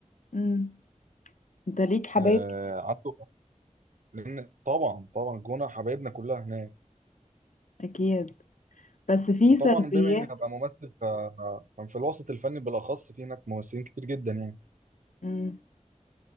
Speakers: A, on the left (about 75°); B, on the right (about 80°).
A: امم انت ليك حبايب
B: آه
A: كتير
B: عنده لان طبعا طبعا الجونة حبايبنا كلها هناك
A: اكيد بس في
B: وطبعا
A: سلبيات
B: بما اني هبقى ممثل ف... ففي الوسط الفني بالاخص في هناك ممثلين كتير جدا يعني
A: امم